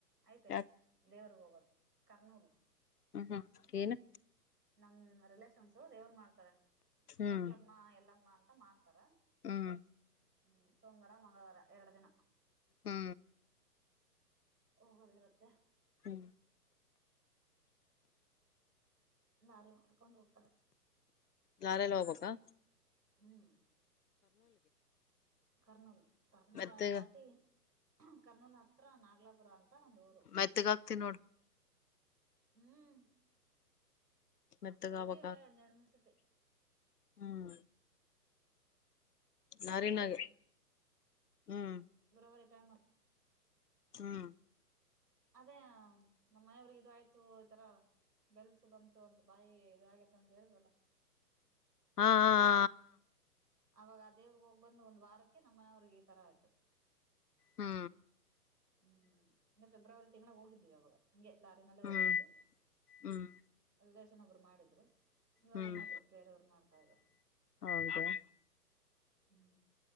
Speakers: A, on the right (about 80°); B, on the left (about 75°).
A: ಐ್ತೆ
B: ಯಾಕ
A: ದೇವ್ರಗ್ ಹೋಗೋದು. ಕರ್ನೂಲ್.
B: ಹ್ಮ ಹ್ಮ್ ಏನ್.
A: ನಮ್ ರಿಲೇಷನ್ಸ್ು ದೇವ್ರ ಮಾಡ್ತಾರೆ.
B: ಹ್ಮ್
A: ಸುಂಕ್ಲಮ್ಮ ಎಲ್ಲಮ್ಮ ಅಂತ ಮಾಡ್ತಾರ.
B: ಹ್ಮ್
A: ಹ್ಮ್ ಸೋಮವಾರ ಮಂಗಳವಾರ ಎರಡು ದಿನ.
B: ಹ್ಮ
A: ಹೋಗದಿರುತ್ತೆ.
B: ಹ್ಮ್
A: ಲಾರಿ ಮಾಡ್ಕೊಂಡ್ ಹೋಗ್ತಾರೆ.
B: ಲಾರೀಲ್ ಹೊಗಬೇಕಾ?
A: ಹ್ಮ್ ಕರ್ನೂಲ್ ಕರ್ನೂಲ್
B: ಮೆತ್ತಗ
A: ಅ ದಾಟಿ ಕರ್ನೂಲ್ ಹತ್ರಿ ನಾಗಲಾಪುರ ಅಂತ ಒಂದು ಊರು.
B: ಮೆತ್ತಗ ಆಗ್ತಿ ನೋಡ್
A: ಹ್ಮ್
B: ಮೆತ್ತಗ
A: ಹೋಗಿ
B: ಅವಕ್ಕ
A: ಅವರೇ ಒಂದೆರಡು ಮೂರು ಸತಿ
B: ಹ್ಮ್ ಲಾರಿನಾಗ
A: ಹೋಗಿದೆ
B: ಹ್ಮ್
A: ಫೆಬ್ರವರಿ ಟೈಮ
B: ಹ್ಮ್
A: ಅದೇ ನಮ್ಮ್ ಮನೆಯವ್ರಿಗೆ ಇ ಆಯ್ತು ಈತರ. ಬೆಲ್ಸ ಬಂತು ಅಂತ ಬಾಯಿ ಇದಗೇತ್ತ ಅಂತ ಹೇಳವಲ್ಲ.
B: ಹಾ ಹಾ
A: ಅವಾಗ ಅ ದೇವ್ರಗ್ ಹೋಗ್ ಬಂದ ಒಂದ್ ವಾರಕ್ಕೆ ನಮ್ಮನೆಯವ್ರಿಗೆ ಈ ತರ ಆಯ್ತು.
B: ಹಾ
A: ಹ್ಮ್ ಇ ಫೆಬ್ರವರಿ ತಿಂಗಳಿಗೆ ಹೋಗಿದ್ದವಿ ಅವಾಗ. ನನಗೆ ಲಾರಿನಲ್ಲೇ ಹೋಗಿದ್ವಿ
B: ಹ್ಮ್ ಹ್ಮ್ ಹ್ಮ್
A: ರಿಲೇಶನೊಬ್ರು ಮಾಡಿದರು. ಇವಾಗ
B: ಹ್ಮ್
A: ಇನ್ನೊಬ್ರು ಬೇರೆಯವರು ಮಾಡ್ತಾ ಇದ್ದಾರ
B: ಹೌದಾ
A: ಹ್ಮ್.